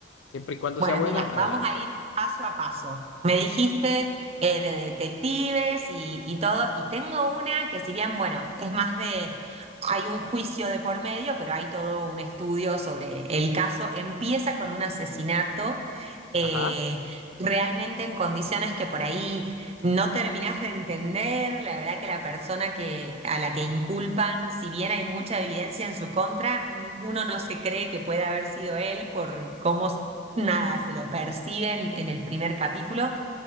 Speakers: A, on the left (about 85°); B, on the right (about 35°).
A: Siempre y cuando
B: Bueno,
A: sea buena,
B: mira,
A: adelante.
B: vamos a ir paso a paso. Me dijiste eh, de detectives y, y todo, y tengo una que si bien, bueno, es más de, hay un juicio de por medio, pero hay todo un estudio sobre el caso. Empieza con un asesinato eh,
A: Ajá,
B: realmente en condiciones que por ahí no terminás de entender. La verdad que la persona que, a la que inculpan, si bien hay mucha evidencia en su contra, n- uno no se cree que pueda haber sido él por cómo Nada, se lo perciben en el primer capítulo